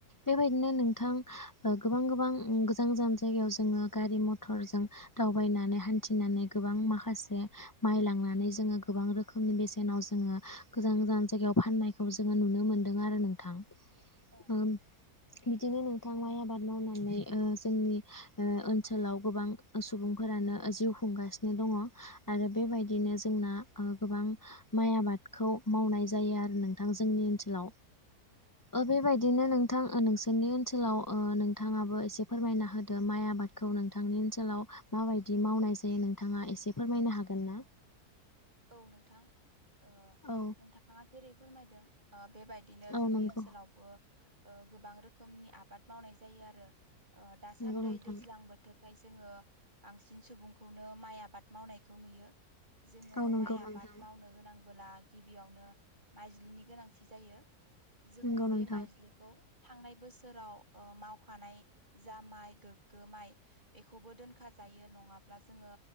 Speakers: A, on the left (about 20°); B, on the right (about 30°).
A: बेबायदिनो नोंथां ओ गो गोबां गोबां गोजान गोजान जायगायाव जोङो गारि मथर जों दावबायनानै हान्थिनानै गोबां माखासे माइ लांनानै जोङो गोबां रोखोमनि बेसेनाव जोङो गोजान गोजान जायगा फाननायखौ जोङो नुनो मोनदों आरो नोंथां
B: औ
A: ओ बिदिनो नोंथां माइ आबाद मावनानै ओ जोंनि ओनसोलाव गोबां सुबुंफोरानो ओ जिउ खुंगासिनो दङ'आरो बेबायदिनो जोंना ओ गोबां माइ आबादखौ माव मावनाय जायो आरो नोंथां जोंनि ओनसोलाव
B: औ
A: ओ बेबायदिनो नोंथां ओ नों नोंनि ओनसोलाव नोंथाङाबो एसे फोरमायना होदो माइ आबादखौ नोंथांनि ओनसोलाव माबायदि बिदि मावनाय जायो नोंथाङा एसे फोरमायनो हागोन ना?
B: औ नोंथां ओ
A: औ
B: नोंथाङा जेरै फोरमायदों बेबायदिनो
A: औ
B: जोंनि
A: नंगौ
B: ओनसोलावबो ओ गोबां रोखोमनि आबाद मावनाय जायो आरो ओ दासान्दै
A: नंगौ नोंथां
B: दैज्लां बोथोरखाय जोङो बांसिन सुबुंखौनो माइ आबाद मावनायखौ नुयो, जोङो
A: औ नंगौ
B: माइ आबाद
A: नोंथां
B: मावनो गोनां बोला गिबियावनो माइज्लिनि गोनांथि जायो जोङो
A: नंगौ
B: बे
A: नोंथां
B: माइज्लिखौ थांनाय बोसोराव ओ मावखानाय जा माइ गोग्गो माइ बेखौबो दोनखा जा नङाब्ला जोङो